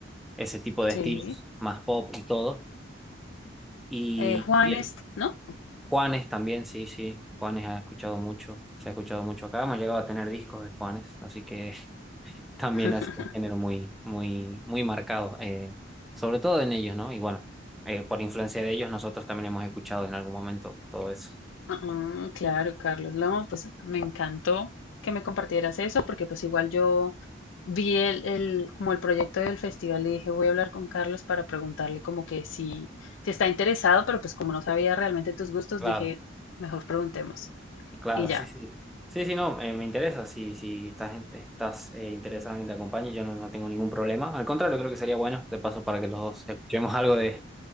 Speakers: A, in the centre; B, on the left.
A: ese tipo de
B: sí.
A: estilos, más pop y todo. Y
B: Eh, Juanes,
A: bien,
B: ¿no?
A: Juanes también, sí, sí, Juanes ha escuchado mucho, se ha escuchado mucho acá, hemos llegado a tener discos de Juanes, así que También
B: <laughs>
A: ha sido un género muy, muy, muy marcado, eh, sobre todo en ellos, ¿no? Y bueno, eh, por influencia de ellos, nosotros también hemos escuchado en algún momento todo eso.
B: Ah, claro, Carlos. No, pues me encantó que me compartieras eso, porque pues igual yo vi el, el- como el proyecto del festival y dije, voy a hablar con Carlos para preguntarle como que si, si está interesado, pero pues como no sabía realmente tus gustos,
A: Claro,
B: dije, mejor preguntemos.
A: claro,
B: Y ya.
A: sí, sí. Sí, sí, no, eh, me interesa. Si, si estás, en- estás eh, interesado en que te acompañe, yo no, no tengo ningún problema. Al contrario, creo que sería bueno, de paso, para que los dos escuchemos <laughs> algo de,